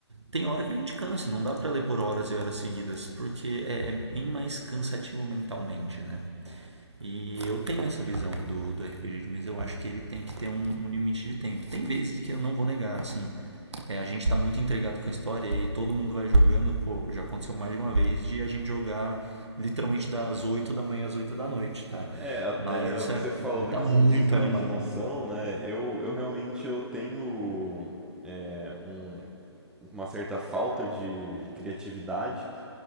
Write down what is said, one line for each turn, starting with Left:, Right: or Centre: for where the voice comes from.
Right: tem hora que a gente cansa, não dá para ler por horas e horas seguidas, porque é, é bem mais cansativo mentalmente, né? E eu tenho essa visão do, do RPG de mesa. Eu acho que ele tem que ter um, um limite de tempo. Tem vezes que eu não vou negar, assim. é, a gente tá muito entregado com a história e todo mundo vai jogando. Pô, já aconteceu mais de uma vez de a gente jogar literalmente das 8 da manhã às 8 da noite, tá?
Centre: É, até
Right: Mas isso
Centre: o que
Right: é,
Centre: você falou da
Right: tá
Centre: questão
Right: muito
Centre: de imaginação,
Right: animado.
Centre: né, eu, eu realmente, eu tenho é, um, uma certa falta de criatividade.